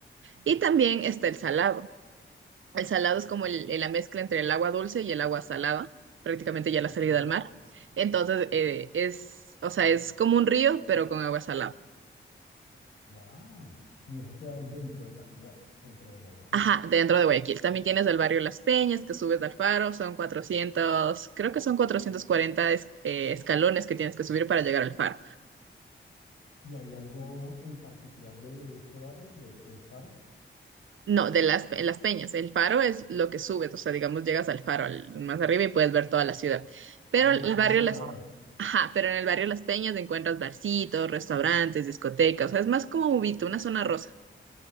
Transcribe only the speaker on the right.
y también está el Salado. El salado es como el- la mezcla entre el agua dulce y el agua salada, prácticamente ya la
salida al mar. Entonces, eh, es, o sea, es como un río, pero con agua salada.
Ajá, dentro de Guayaquil. También tienes el barrio Las Peñas, que subes al faro, son 400, creo que son 440 es- eh, escalones que tienes que subir para llegar al faro.
No, de las, en las peñas. El faro es lo que subes, o sea, digamos, llegas al faro al- más arriba y puedes ver toda la ciudad. Pero
el
barrio
Las... Ajá, pero en el barrio Las Peñas encuentras barcitos, restaurantes, discotecas, o sea, es más como Ubito, una zona rosa.